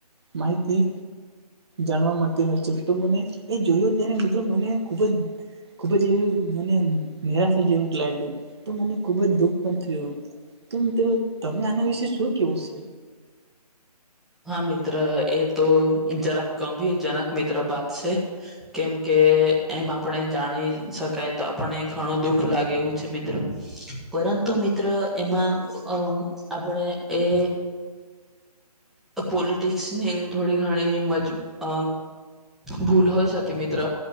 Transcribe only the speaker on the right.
માહિતી જાણવા મળતી હોય છે તો મને એ જોયું ત્યારે મિત્રો મને ખુબ જ ખુબ જ એવું મને નિરાશા જેવું જ લાગ્યું તો મને ખુબ જ દુઃખ પણ થયું. તો મિત્રો તમે આના વિશે શું કેવું છે?